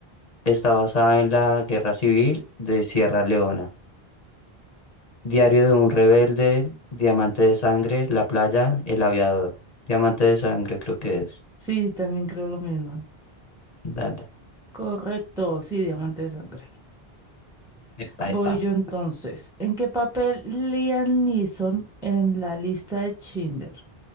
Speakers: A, on the left; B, in the centre.
A: está basada en la Guerra Civil de Sierra Leona? Diario de un rebelde, Diamante de sangre, La playa, El aviador. Diamante de sangre creo que es.
B: Sí, también creo lo mismo.
A: Dale.
B: Correcto, sí, diamante de sangre.
A: Epa,
B: Voy
A: epa.
B: yo entonces. ¿En qué papel Liam Neeson en la lista de Schindler?